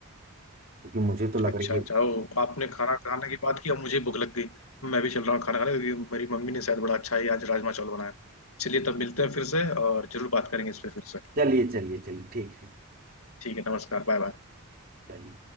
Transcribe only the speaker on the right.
क्योंकि मुझे तो लग
रही है
चलिए चलिए चलिए ठीक है
चलिए